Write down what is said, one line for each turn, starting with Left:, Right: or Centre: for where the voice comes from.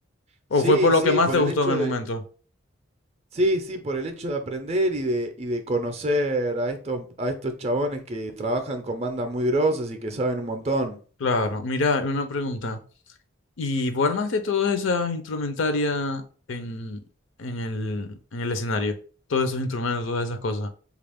Right: Sí,
Left: ¿O fue por lo
Right: sí,
Left: que más
Right: por
Left: te
Right: el
Left: gustó
Right: hecho
Left: en el
Right: de,
Left: momento?
Right: sí, sí, por el hecho de aprender y de, y de conocer a estos, a estos chabones que trabajan con bandas muy grosas y que saben un montón.
Left: Claro, mira, una pregunta. ¿Y vos armaste todas esas instrumentarias en, en el, en el escenario? Todos esos instrumentos, todas esas cosas.